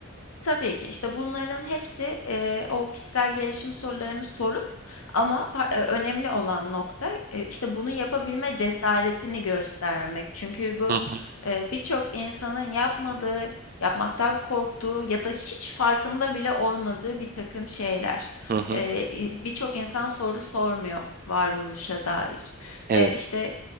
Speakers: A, on the left (about 70°); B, on the right (about 40°).
A: Tabii ki. işte bunların hepsi, eee, o kişisel gelişim sorularını sorup ama fa eee, önemli olan nokta, eee, işte, bunu yapabilme cesaretini göstermek. Çünkü bu,
B: Hı hı,
A: eee, birçok insanın yapmadığı, yapmaktan korktuğu ya da hiç farkında bile olmadığı bir takım şeyler.
B: hı hı.
A: Eee, i birçok insan soru sormuyor varoluşa dair.
B: Evet.
A: Eee, işte,